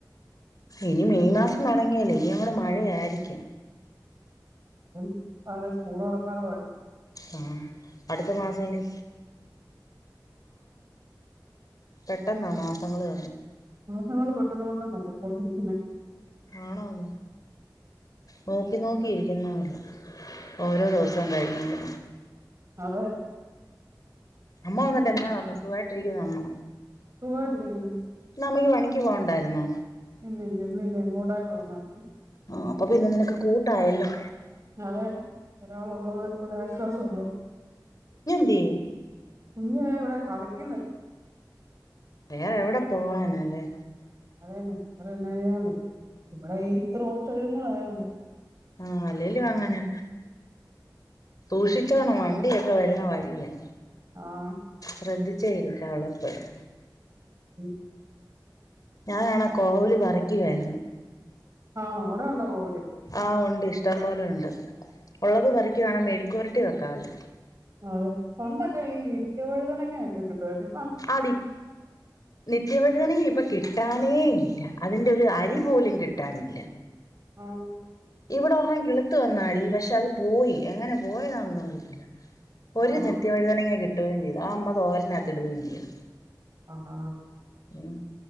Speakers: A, on the left; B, on the right.
A: ഇനി മെയ് മാസം തൊടങ്ങിയല്ലോ ഇനിയ് ങ്ങട് മഴയാരിക്കും
B: <unintelligible> അതെ സ്കൂള് തൊറക്കാറും ആയി
A: ആഹ് അടുത്ത മാസം ഇനി പെട്ടെന്നാ മാസങ്ങള്
B: <unintelligible> <unintelligible> നോക്കിക്കൊണ്ട് ഇരിക്കുന്നെ
A: ആണോന്നോ നോക്കി നോക്കി ഇരിക്കുന്നപോലാ ഓരോ ദിവസം കഴിയുന്നെ
B: അതെ
A: അമ്മ വന്നിട്ട് എന്നാ പറഞ്ഞ് സുഖായിട്ടിരിക്കുന്നോ അമ്മ.
B: സുഖമായിട്ടിരിക്കുന്നു
A: ഇന്നമ്മക്ക് പണിക്ക് പോണ്ടാ യിര്ന്നോ
B: ഇല്ല ഇല്ല ഇന്നില്ല ഇങ്ങോട്ടായിട്ട് വന്നായിരുന്നു
A: ആ അപ്പം പിന്നെ നിനക്ക് കൂട്ടായല്ലോ
B: അതെ ഒരാളുള്ളത് ഒരാശ്വാസവല്ലേ
A: ന്ത്ര്യേ
B: കുഞ്ഞേ ഇവിടെ കളിക്കുന്ന്
A: വേറെ എവിടെ പോവാനാല്ലേ
B: അതെന്നെ വേറെന്നാ ചെയ്യാൻ പറ്റും ഇവിടെ ഈ റോഡ് സൈഡും കൂടെ ആയോണ്ടേ
A: ആഹ് അല്ലേലും അങ്ങനെ സൂഷി ച്ചോണ് വണ്ടിയൊക്കെ വരുന്ന വഴിയാ
B: ആഹ്
A: ശ്രദ്ധിച്ചേ ഇരിക്കാവൊള്ളെപ്പളും
B: ഉം
A: ഞാനാണാ കോവല് പറിക്കുവായിരുന്നു
B: ആണോ അവിടെ ഉണ്ടോ കോവല്
A: ആഹ് ഉണ്ട് ഇഷ്ടം പോലെ ഉണ്ട്. ഉള്ളത് പെറുക്കി വേണം മെഴുക്കുപൊരട്ടി വെക്കാവല്ലോ
B: അതെ പണ്ടൊക്കെ ഈ നിത്യവഴുതനങ്ങ <unintelligible> ട്ടാലും
A: ആടി നിത്യവയ്തന ഇപ്പ ക്കിട്ട ട്ടാനേ ഇല്ല. അതിന്റെ ഒരു അരി പോലും കിട്ടാനില്ല.
B: ആഹ്
A: ഇവിടെ ഒരെണ്ണം കിളുത്തു വന്നാ ടീ പക്ഷെ അത് പോയി എങ്ങനെ പോയതാണൊന്നും അറിയത്തില്ല. ഇപ്പെര്
B: ആണോ
A: നിത്യ വഴുതനെങ്ങ കി ട്ടുകയും ചെയ്തു. അത് അമ്മ തോരനകത്തിടുകയും ചെയ്തു.
B: അഹാ
A: ഊം